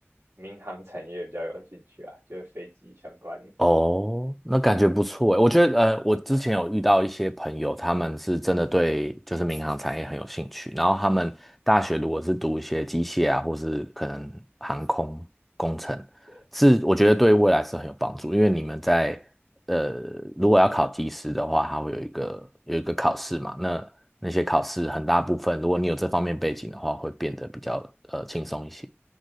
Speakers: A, on the right; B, in the centre.
A: 民航产业比较有兴趣啊，就是飞机相关的
B: 哦，那感觉不错诶。
A: 嗯，
B: 我觉得，呃，我之前有遇到一些朋友，他们是真的对就是民航产业很有兴趣，然后他们大学如果是读一些机械啊，或是可能航空工程，
A: 对，
B: 是我觉得对未来是很有帮助，因为你们在呃，如果要考技师的话，它会有一个有一个考试嘛，那那些考试很大部分，如果你有这方面背景的话，会变得比较呃轻松一些。